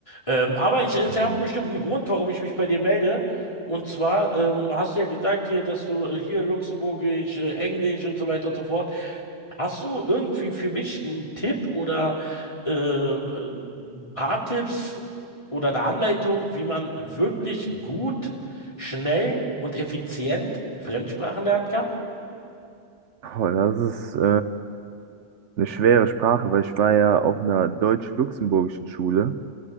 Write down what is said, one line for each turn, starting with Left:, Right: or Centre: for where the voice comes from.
Left: Ähm, aber ich, ich
Right: Mhm.
Left: habe einen bestimmten Grund, warum ich mich bei dir melde. Und zwar ähm, hast du ja gesagt hier, dass du äh, hier Luxemburgisch, äh, Englisch und so weiter und so fort. Hast du irgendwie für mich einen Tipp oder äh, ein paar Tipps oder eine Anleitung, wie man wirklich gut, schnell und effizient Fremdsprachen lernen kann?
Right: Boah, das ist äh, eine schwere Sprache, weil ich war ja auf einer deutsch-luxemburgischen Schule.